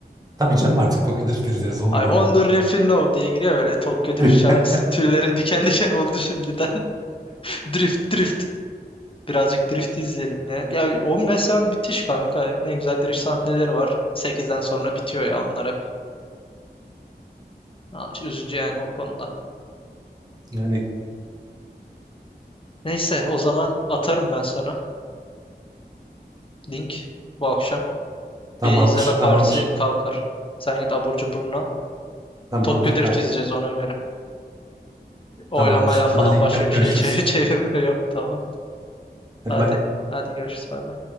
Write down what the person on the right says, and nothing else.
Tabii canım artık Tokyo Drift izleriz olur
bana.
<laughs>
Yani
tamamdır
tamamdır.
Tamamdır
kanka.
Tamamdır.
Bana link
at
görüşürüz.
Hadi
bay.